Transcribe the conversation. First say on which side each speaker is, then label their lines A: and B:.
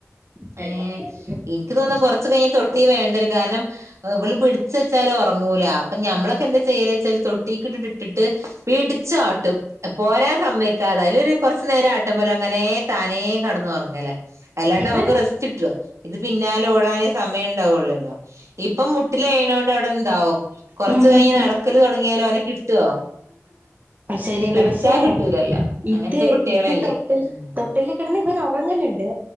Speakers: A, on the right (about 35°); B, on the right (about 65°).
A: <unintelligible>
B: ഏഹ് എനിക്ക് തോന്നുന്നു കൊറച്ചു കഴിഞ്ഞ് തൊട്ടി വേണ്ടി വരും കാരണം നമ്മള് പിടിച്ച് വെച്ചാലും ഉറങ്ങൂല അപ്പോ ഞമ്മളൊക്കെ എന്താ ചെയ്തെവെച്ചാല് തൊട്ടിയെക്കങ്ങ് ഇട്ടിട്ട് പിടിച്ചാട്ടും പോരാൻ സമ്മതി ക്കാതെ അതില് ഒരു കൊറച്ചു നേരം ആട്ടും പോലെ അങ്ങനെ താനേ കിടന്നുറങ്ങല് അല്ലാണ്ട്
A: ഇവൻ
B: നമ്മക്ക് റെ ഇട്ടോ ഇത് പിന്നാല ഓടാനേ സമയം ഉണ്ടാവുള്ളല്ലോ ഇപ്പം മുട്ടിലെഴയണ കൊണ്ട് ഉണ്ടാവും കൊറച്ച്
A: ആ
B: കഴിഞ്ഞാ
A: ആ
B: നടക്കല് തുടങ്ങിയാലോ അവനെ കിട്ടുവോ
A: ശരിയന്നെ
B: പിടിച്ചാ
A: പക്ഷേ
B: കിട്ടൂലല്ലോ അങ്ങനത്തെ
A: ഇത്
B: കുട്ടികളല്ലേ
A: ഇത് തൊട്ടിൽ
B: ഉം
A: തൊട്ടിലില് കിടന്ന് ഇവൻ ഉറങ്ങലുണ്ട്